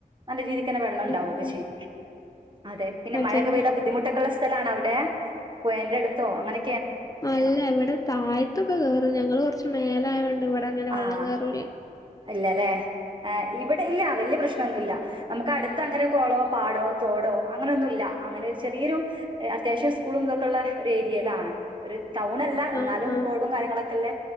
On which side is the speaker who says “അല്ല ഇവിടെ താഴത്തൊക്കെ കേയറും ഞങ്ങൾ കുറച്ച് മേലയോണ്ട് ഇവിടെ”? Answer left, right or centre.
Left